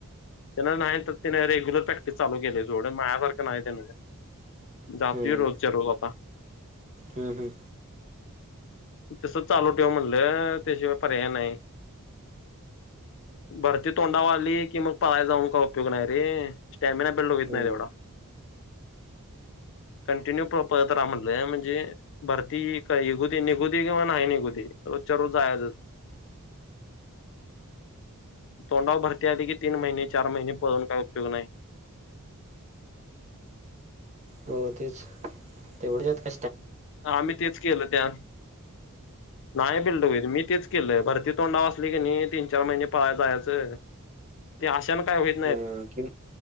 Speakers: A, on the left; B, on the right.
A: त्याना नाही तर त्याने रेग्युलर प्रॅक्टिस चालू केले जोड माझ्यासारखे नाही त्याचे जाती
B: हम्म
A: रोजच्या रोज आता
B: हम्म- हम्म
A: तस चालू ठेव म्हणलं त्याशिवाय पर्याय नाही भरती तोंडावर आली की मग पळायला जाऊन काय उपयोग नाही रे. स्टॅमिना बघत
B: हम्म
A: नाही तेवढा कंटिन्यू पळ पळत रहा, म्हटलंय म्हणजे भरती निघु दे निघु दे किंवा नाही निघु दे रोजच्या रोज जायचं तोंडावर भरती आली कि तीन महिने चार महिने पळून काहीही उपयोग नाही
B: हो तेच तेवढं जात क
A: आम्ही तेच केलं त्या नाही बिल्ड होईल मी तेच केलं, भरती तोंडाव असली की नाही, तीन-चार महिने पळायला जायचं त्या आशेने काय होईल
B: कि